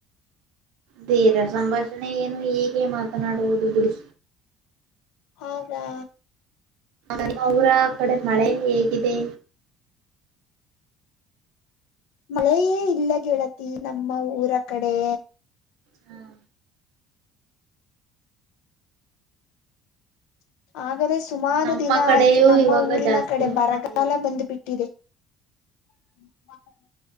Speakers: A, on the right (about 80°); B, on the left (about 85°).
A: ಧೀರ ಸಂಭಾಷಣೆ ಏನು ಹೀಗೆ ಮಾತನಾಡುವುದು ಬಿಡಿ.
B: ಹೌದಾ.
A: ನಿಮ್ಮ ಊರ ಕಡೆ ಮಳೆ ಹೇಗಿದೆ.
B: ಮಳೆಯೇ ಇಲ್ಲಾ ಗೆಳತಿ ನಮ್ಮ ಊರ ಕಡೆ.
A: ಹಾ <unintelligible>
B: ಆದರೆ ಸುಮಾರು
A: ನಮ್ಮ
B: ದಿನ
A: ಕಡೆಯೂ
B: ಆಯ್ತು ನಮ್ಮ
A: ಇವಾಗ
B: ಊರಿನ
A: ಜಾಸ್ತಿ
B: ಕಡೆ ಬರಗಾಲ
A: ಮಳೆ ಇಲ್ಲ
B: ಬಂದು ಬಿಟ್ಟಿದೆ. <inaudible>